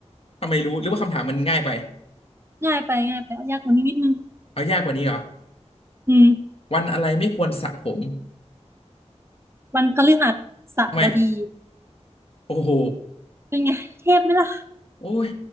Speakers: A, on the left (about 55°); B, on the right (about 20°).
A: ทำไมรู้หรือว่าคำถามมันง่ายไป
B: ง่ายไปง่ายไปเอายากกว่านี้นิดนึง
A: เอายากกว่านี้เหรอ
B: อืม
A: วันอะไรไม่ควรสระผม
B: วันพฤหัสบดี
A: ทำไมโอ้โห
B: เป็นไงเทพไหมล่ะ
A: โอ้ย